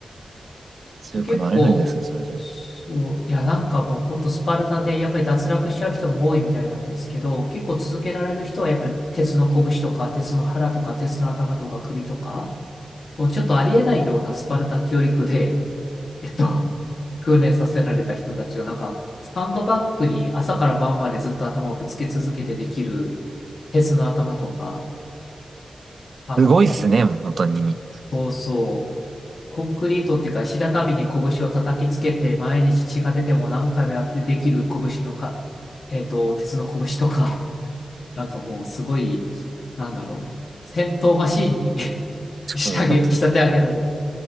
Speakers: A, on the right (about 60°); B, on the left (about 65°).
A: 強くなれるんですね、
B: で結構、
A: それで。
B: そう、いや、なんかもう本当スパルタでやっぱり脱落しちゃう人も多いみたいなんですけど、結構続けられる人はやっぱり鉄の拳とか、鉄の腹とか、鉄の頭とか首とか、もうちょっとありえないようなスパルタ教育で、えっと、訓練させられた人たちを、なんか、サンドバッグに朝から晩までずっと頭をぶつけ続けてできる、鉄の頭とかあったり、
A: すごいっすね、本当に。
B: そうそう、コンクリートっていうか、石畳に拳を叩きつけて、毎日血が出ても何回もやってできる拳のか、えっと、鉄の拳とか、<laughs> なんかもうすごい、なんだろう、戦闘マシーンに <laughs> 仕上げ、
A: もう本当に、
B: 仕立て上げられた。